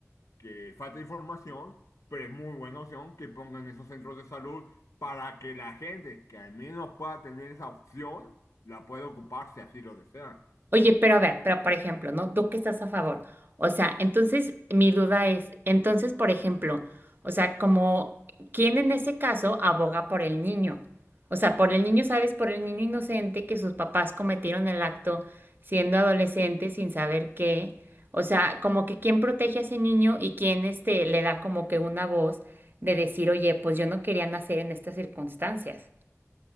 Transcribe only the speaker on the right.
Oye, pero a ver, pero por ejemplo, ¿no? ¿Tú qué estás a favor? O sea, entonces mi duda es, entonces, por ejemplo, o sea, como, ¿quién en ese caso aboga por el niño? O sea, por el niño, ¿sabes? Por el niño inocente que sus papás cometieron el acto siendo adolescente sin saber qué. O sea, como que quién protege a ese niño y quién este, le da como que una voz de decir, oye, pues yo no quería nacer en estas circunstancias.